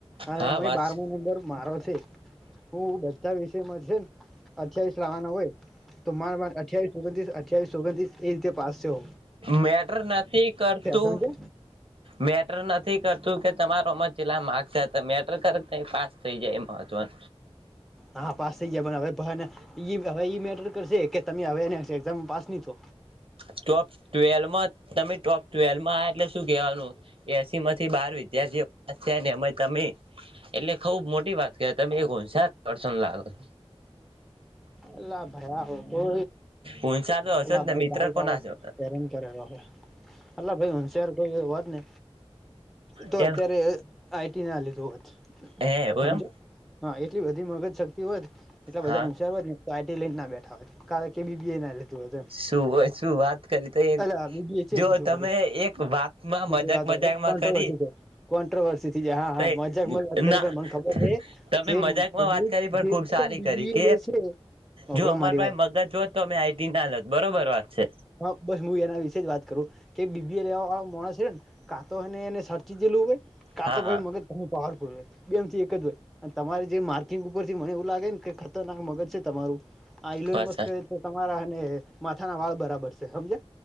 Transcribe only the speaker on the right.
હા
વાત
મેટર નથી કરતું.
મેટર નથી કરતું કે. તમારોમાંલા માર્ મેટર કર પાસ થઈ જાય મહવનું.
ટોપ ટ્વેલમાં તમે ટોપ ટ્વેલમાં એટલે શું કવાનું. એ એસી માંથી બાર વિદ્યાર્થીઓ પાસ થયા ને એ તમે એટલે ખબ મોટી વાત કર તમે એકશ લાગો છો.
હોનસાર તો હશો
જ ને
મિત્ર
કોના
છો
એમ
હે એવું
એમ
હા
શું શું વાત કરી તો
જો
તમે એક વાતમાં
મજાક
મજાકમાં
કરી
ના
તમે
મજાકમાં વાત કરી
ખુબ સારી
કરી
કે
જો અમાર
પાહે
મગજ હોત તો અમે આઈટી ના લત બરોબર વાત છે.
હા
હા
વાત